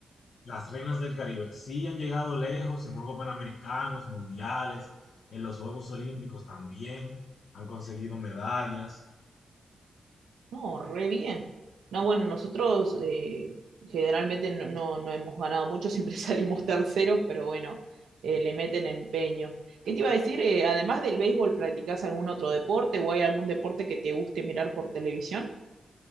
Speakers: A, on the left (about 70°); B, on the right (about 90°).
A: Las reinas del Caribe sí han llegado lejos en Juegos Panamericanos, Mundiales, en los Juegos Olímpicos también, han conseguido medallas.
B: No, re bien. No, bueno, nosotros eh, generalmente no, no, no hemos ganado mucho, <laughs> siempre salimos terceros, pero bueno, eh, le meten empeño. ¿Qué te iba a decir? Eh, además del béisbol, ¿practicas algún otro deporte o hay algún deporte que te guste mirar por televisión?